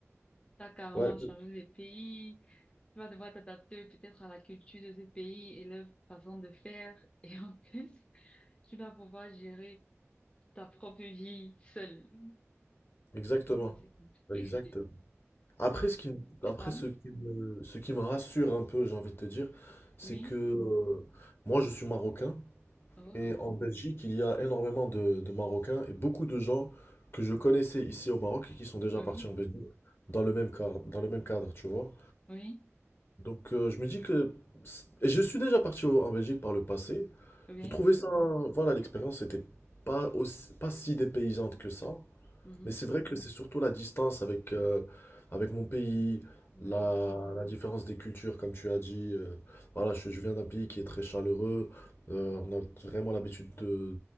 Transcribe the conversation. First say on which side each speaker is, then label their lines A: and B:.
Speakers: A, on the left; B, on the left.
A: Tu as carrément
B: Ouais,
A: changé de pays. Tu vas devoir t'adapter peut-être à la culture de ce pays et leur façon de faire. <laughs> Et en plus, tu dois pouvoir gérer ta propre vie seule.
B: exactement.
A: C'est quand même assez compliqué.
B: Exactement. Après, ce qui, me- après
A: C'est pas.
B: ce qui me, ce qui me rassure un peu, j'ai envie de te dire, c'est
A: Oui.
B: que euh, moi, je suis marocain.
A: Oh.
B: Et en Belgique, il y a énormément de, de Marocains et beaucoup de gens que je connaissais ici au Maroc et qui sont déjà
A: Oui.
B: partis en Belgique dans le même cadre, dans le même cadre, tu vois.
A: Oui.
B: Donc euh, je me dis que... Et je suis déjà parti au- en Belgique par le passé.
A: Oui.
B: J'ai trouvé
A: Oui.
B: ça... Voilà, l'expérience n'était pas aussi, pas si dépaysante que ça.
A: Mhm.
B: Mais c'est vrai que c'est surtout la distance avec, euh, avec mon pays,
A: Oui.
B: la, la différence des cultures, comme tu as dit. euh, voilà, je, je viens d'un pays qui est très chaleureux. euh, on a vraiment l'habitude de,